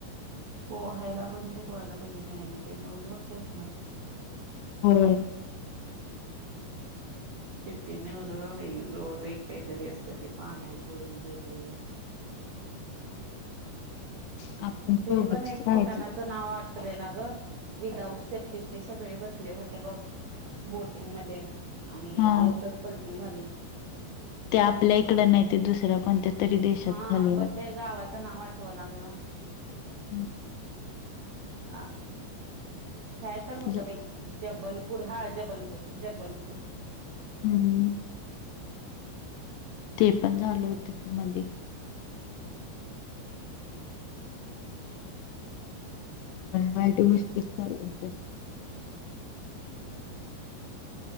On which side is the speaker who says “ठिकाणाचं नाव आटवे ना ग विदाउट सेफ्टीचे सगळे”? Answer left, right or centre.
Right